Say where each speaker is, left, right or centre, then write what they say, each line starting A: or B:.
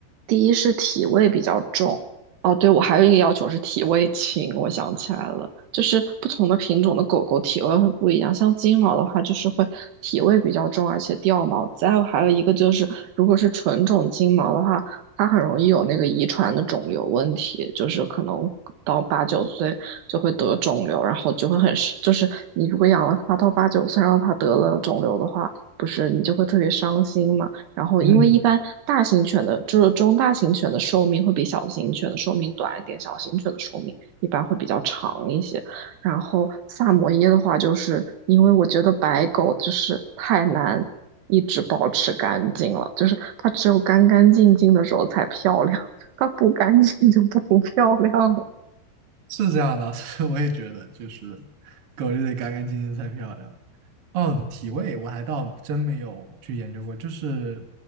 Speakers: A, on the right; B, on the right.
A: 第一是体味比较重，哦，对，我还有一个要求是体味轻，我想起来了，就是不同的品种的狗狗体味会不一样，像金毛的话就是会体味比较重，而且掉毛，再有还有一个就是如果是纯种金毛的话。它很容易有那个遗传的肿瘤问题，就是可能到八九岁就会得肿瘤，然后就会很是，就是你如果养了它到八九岁，让它得了肿瘤的话，不是你就会特别伤心嘛。然后因为一般大型犬的，
B: 嗯，
A: 就是中大型犬的寿命会比小型犬的寿命短一点，小型犬的寿命一般会比较长一些。然后萨摩耶的话，就是因为我觉得白狗就是太难一直保持干净了，就是它只有干干净净的时候才漂亮，<laughs> 它不干净就不 <laughs> 漂亮了。
B: 是这样的，<laughs> 是我也觉得，就是狗就得干干净净才漂亮。哦，体味我还倒真没有去研究过，就是